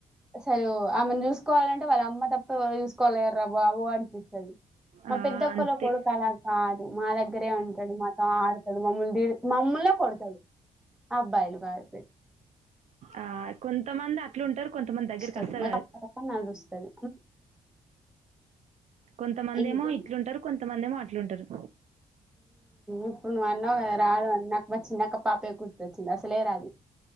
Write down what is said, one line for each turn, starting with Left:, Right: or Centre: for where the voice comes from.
Centre: అసలు ఆమెను చూసుకోవాలంటే వాళ్ళ అమ్మ తప్ప ఓయ్ కొలేర్ర బాబు అనిపిస్తుది మా
Right: ఆ!
Centre: పెద్దక్కొల్ల
Right: అంతే.
Centre: కొడుకు అలా కాదు మా దగ్గరే ఉంటాడు మా ఆడతాడు మమ్మల్ని దడు మమ్మల్లే కొడతాడు అబ్బాయిలు <unintelligible>
Right: ఆ కొంతమంది అట్లుంటారు కొంతమంది దగ్గరికి
Centre: ఇస్తాడు
Right: అస్సలు
Centre: మక్క
Right: రారు.
Centre: నడుస్తది
Right: కొంతమంది
Centre: ఏంటి
Right: ఏమో ఇట్లుంటారు కొంతమంది ఏమో అ ట్లుంటారు
Centre: ఇప్పుడు నువ్ అన్నావ్ కదా రాదు అని నాకు వచ్చినదాకా పాపే గుర్తొచ్చింది అసలేరాదు